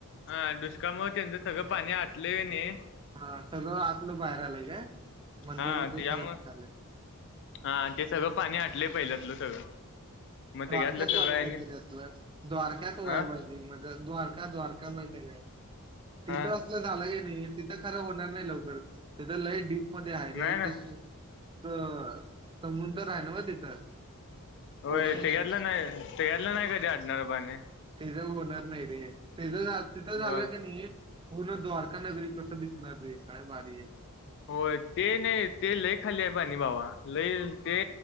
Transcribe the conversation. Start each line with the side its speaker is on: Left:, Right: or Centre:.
Left: हा दुष्काळमुळं त्यांनचं सगळं पाणी आटले णी.
Right: हा सगळं आतलं, बाहेर आलंय काय. मंदिर
Left: हा
Right: उंदिर
Left: त्याच्यामुळं,
Right: सगळं दिसायलय
Left: हा ते सगळं पाणी आटले पहिल्यात लं सगळं. मग त्याच्यातलं
Right: द्वारक्यात
Left: सगळं
Right: व्हायला
Left: आहे
Right: पाहिजे
Left: आणि
Right: रे असलं द्वारक्यात व्हायला
Left: हा
Right: पाहिजे द्वारका द्वारका माहितेय काय तिथं
Left: हा
Right: असलं झालंही नाही तिथं खरं होणार नाही लवकर ते तर लईट मध्ये आहे रे
Left: नाही नाही
Right: तस तर समुंदर हाय न्हव तिथं.
Left: होय.
Right: ओशन
Left: तेच्यातल
Right: आहे
Left: नाही तेच्यातल नाही कधी अटणार पाणी.
Right: तीझ होणार नाही रे तीझ तिच झालं
Left: बर
Right: की नाही. पूर्ण द्वारका नगरी कसं दिसणार रे आहे काय वारी आहे
Left: होय ते नाही ते लय खाली आहे पाणी भावा लई ते